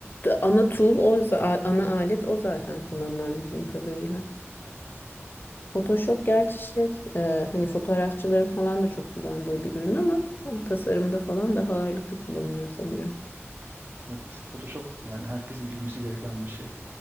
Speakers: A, on the left; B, on the right.
A: da- Ana tool o za- ana alet o zaten kullanılan bildiğim kadarıyla. Photoshop gerçi şey e, hani fotoğrafçıların falan da çok kullandığı bir ürün ama, ama tasarımda falan daha ağırlıklı kullanılıyor sanıyorum.
B: Evet, Photoshop yani herkesin bilmesi gereken bir şey,